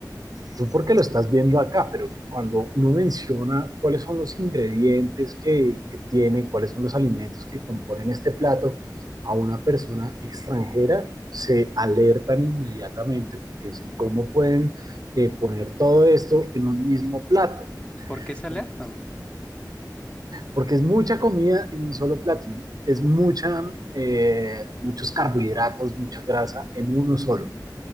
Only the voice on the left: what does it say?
¿Por qué se alertan?